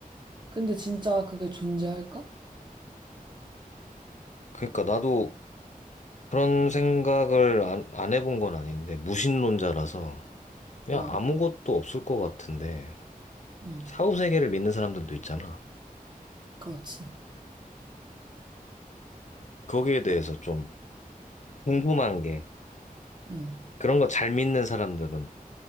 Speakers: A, on the right (about 30°); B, on the left (about 55°).
A: 근데 진짜 그게 존재할까?
B: 그러니까 나도 그런 생각을 안, 안 해본 건 아닌데, 무신론자라서 그냥
A: 어,
B: 아무것도 없을 것 같은데,
A: 응,
B: 사후세계를 믿는 사람들도 있잖아.
A: 그렇지.
B: 거기에 대해서 좀 궁금한 게,
A: 응,
B: 그런 거 잘 믿는 사람들은